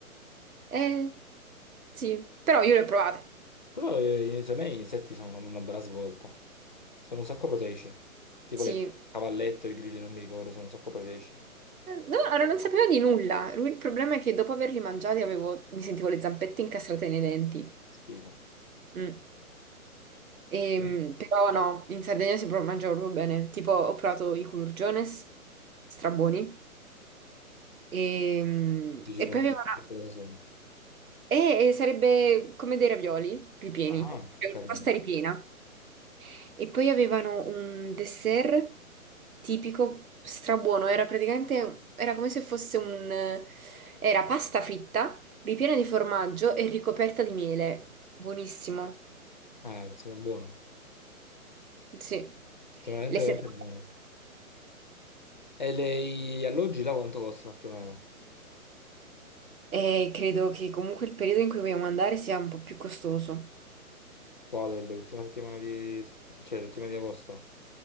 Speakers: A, on the right; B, on the left.
A: eh, sì, però io le ho provate,
B: Però eh, secondo me gli insetti sono una, una bella svolta. Sono un sacco proteici. Tipo
A: sì.
B: le
A: Eh,
B: cavallette o i grilli, non mi ricordo, sono un sacco proteici.
A: no, allora non sapevo di nulla. Lui- il problema è che dopo averli mangiati avevo- mi sentivo le zampette incastrate nei denti.
B: Schifo.
A: Mm. Ehm,
B: Grilli.
A: però no, in Sardegna si pro- mangia proprio bene. Tipo, ho provato i culurgiones, strabuoni. Ehm,
B: Dici
A: E,
B: come
A: poi aveva una-
B: che cosa sono.
A: e- e sarebbe come dei ravioli ripieni,
B: Ah, anche,
A: cioè
B: ho capito.
A: una pasta ripiena. E poi avevano un dessert tipico strabuono, era praticamente, era come se fosse un... Era pasta fritta, ripiena di formaggio e ricoperta di miele. Buonissimo,
B: Eh, sembra buono.
A: sì.
B: Sembra
A: Le
B: veramente,
A: serrate.
B: veramente buono. E le- gli alloggi là quanto costano più o meno?
A: E credo che comunque il periodo in cui vogliamo andare sia un po' più costoso.
B: Quale? L'ultima settimana di... cioè l'ultima di agosto?